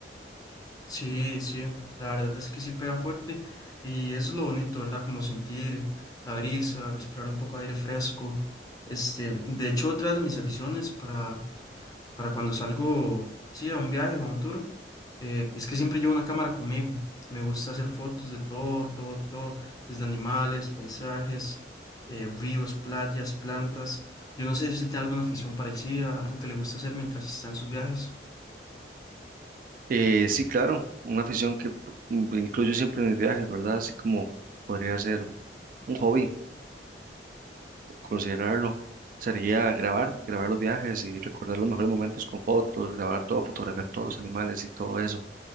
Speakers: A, on the left; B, on the right.
A: Sí, sí, la verdad es que sí pega fuerte y eso es lo bonito, ¿verdad? Como sentir la brisa, respirar un poco de aire fresco. Este, de hecho, otra de mis aficiones para, para cuando salgo, sí, a un viaje o a un tour Eh, es que siempre llevo una cámara conmigo. Me gusta hacer fotos de todo, todo, todo, desde animales, paisajes, eh, ríos, playas, plantas. Yo no sé si usted tiene alguna afición parecida, algo que le gusta hacer mientras está en sus viajes.
B: Eh, sí, claro, una afición que p- m- incluyo siempre en mis viajes, ¿verdad? Así como podría ser un hobby, considerarlo. Sería grabar, grabar los viajes y recordar los mejores momentos con fotos, grabar todo, fotografiar todos los animales y todo eso.